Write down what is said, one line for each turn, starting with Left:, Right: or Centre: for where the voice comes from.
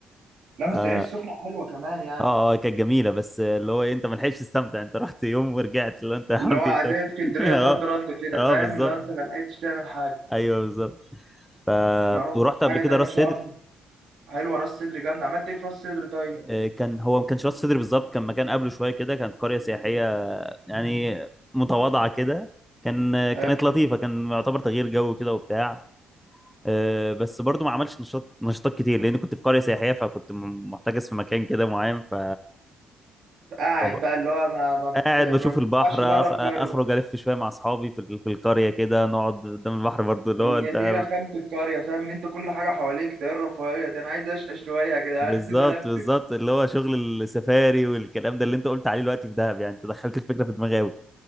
Right: لا
Centre: ف-
Right: بس
Centre: اه
Right: العين السخنة حلوة كمان يعني
Centre: اه كانت جميلة بس اللي هو إيه، انت ما لحقتش تستمتع انت رحت يوم ورجعت اللي هو انت <laughs> عملت
Right: اللي هو
Centre: ايه
Right: زي
Centre: طيب
Right: اسكندرية
Centre: <laughs> اه
Right: صد رد كده
Centre: اه
Right: فاهم
Centre: بالظبط
Right: اللي هو أنت ما لحقتش تعمل حاجة
Centre: ايوه بالظبط آه،
Right: ما رحتش
Centre: ورحت
Right: حاجة
Centre: قبل كده
Right: تانية
Centre: راس
Right: شرم
Centre: سدر
Right: حلوة راس صدر جامدة عملت إيه في راس صدر طيب
Centre: آه، كان هو ما كانش راس سدر بالظبط كان مكان قبله شويه كده كانت قريه سياحيه يعني متواضعة كده كان
Right: حلو
Centre: كانت لطيفة كان يعتبر تغيير جو كده وبتاع آه، بس برضو ما عملش نشاط نشاطات كتير لان كنت في قريه سياحيه فكنت م- محتجز في مكان كده معين ف
Right: قاعد
Centre: طب-
Right: بقى اللي هو ما ما بت...
Centre: قاعد
Right: ما
Centre: بشوف
Right: بتطلعش
Centre: البحر
Right: بره
Centre: أخ-
Right: القرية
Centre: اخرج الف شويه مع اصحابي في ال- في القريه كده نقعد قدام البحر برضو اللي
Right: هي
Centre: هو انت
Right: دي رخامة القرية فاهم ان انت كل حاجة حواليك ده ايه الرفاهية ده انا عايز اشقى شوية يا جدعان
Centre: بالظبط
Right: <laughs> عايز الفلف
Centre: بالظبط اللي هو شغل السفاري والكلام ده اللي انت قلت عليه دلوقتي في دهب يعني انت دخلت الفكره في دماغي قوي